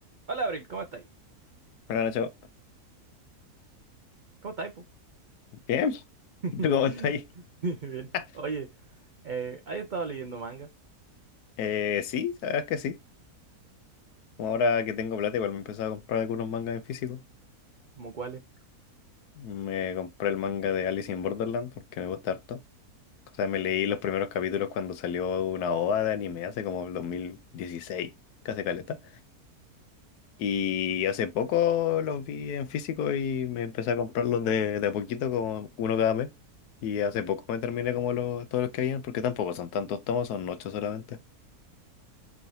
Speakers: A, on the right; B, on the left.
A: Hola, Abril, ¿cómo estáis?
B: Buenas noches.
A: ¿Cómo estáis, po?
B: Bien, <laughs>
A: <laughs>
B: ¿Y ¿tú cómo estás ahí?
A: Bien.
B: <laughs>
A: Oye, eh, ¿has estado leyendo manga?
B: Eh, sí, sabes que sí. Como Ahora que tengo plata, igual me he empezado a comprar algunos mangas en físico.
A: ¿Cómo cuáles?
B: Me compré el manga de Alice in Borderland porque me gusta harto. O sea, me leí los primeros capítulos cuando salió una OVA de anime hace como el 2016, casi caleta. Y hace poco los vi en físico y me empecé a comprarlos de, de a poquito, como uno cada mes. Y hace poco me terminé como los, todos los que habían, porque tampoco son tantos tomos, son ocho solamente.